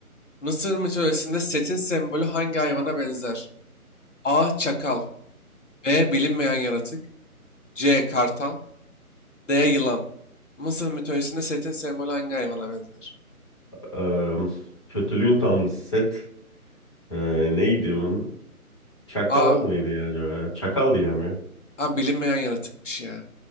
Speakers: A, on the left; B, on the left.
A: Mısır mitolojisinde Set'in sembolü hangi hayvana benzer? A. Çakal. B. Bilinmeyen yaratık. C. Kartal. D. Yılan. Mısır mitolojisinde Set'in sembolü hangi hayvana benzer?
B: Ee, kötülüğün tanrısı Set. Ee, neydi onun? Çakal
A: A.
B: mıydı ya acaba? ya? Çakal diyeceğim ya.
A: A bilinmeyen yaratıkmış ya.